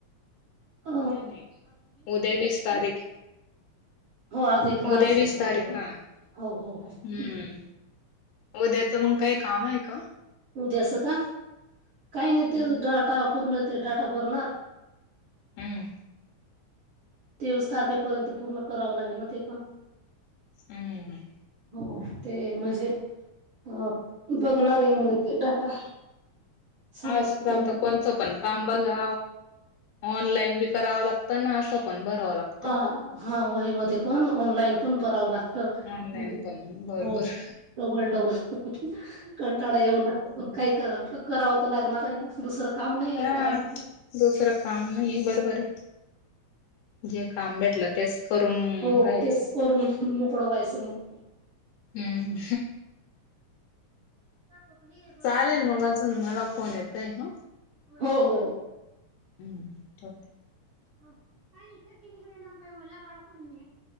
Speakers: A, on the right; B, on the left.
A: अ
B: नाही-नाही. उद्या वीस तारीख
A: हो आज एकोणावीस
B: उद्या विस
A: आहे
B: तारीख
A: बरोबर
B: आ.
A: हो हो हो
B: हम. उद्या काय काम आहे का?
A: उद्या च का? काइ नाई
B: हम्म
A: ते डाटा पूर्ण ते डाटा भरणार.
B: हम्म
A: तेवीस तारखेपर्यंत पूर्ण करावं लागेल ना ते पण
B: हम्म.
A: हो. ते म्हणजे अ बघणारे म्हण ते डाटा सांगत
B: आजकाल
A: होते मी
B: तर कोणचं पण काम बघा ऑनलाईन बी करावं लागतं आणि असं पण भरावं लागत.
A: हा हा वही मध्ये पण ऑनलाईन पण परावं लागत.
B: ऑनलाईन
A: म्हणजे
B: पण बरोबर
A: हो. डबल डबल कंटाडा येऊन लागतो पण काय करावं-करावं तर लागणार आहे ना दुसरं काम नाही आहे
B: हा
A: करायला
B: दुसरं काम नाहीे बरोबर आहे. जे काम भेटलं तेच करून
A: हो
B: राहायचं
A: तेच करू मोकडं व्हायचं मग
B: हम्.
A: <unintelligible>
B: चालेल मग अजून मला फोन येतोय ह.
A: हो हो.
B: हम्म ठेवते.
A: <unintelligible>